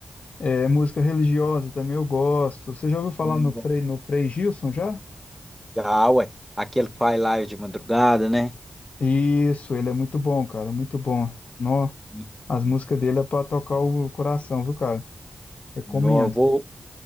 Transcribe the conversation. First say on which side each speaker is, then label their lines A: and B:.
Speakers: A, on the left; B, in the centre.
A: É, música religiosa também eu gosto. Você já ouviu
B: Eu
A: falar
B: também
A: no
B: gosto.
A: Frei, no Frei Gilson já?
B: Já, ué. Aquele que faz live de madrugada, né?
A: Isso, ele é muito bom, cara, muito bom. Nó,
B: Muito
A: as
B: bom.
A: músicas dele é pra tocar o coração, viu, cara? Recomendo.
B: Não, eu vou.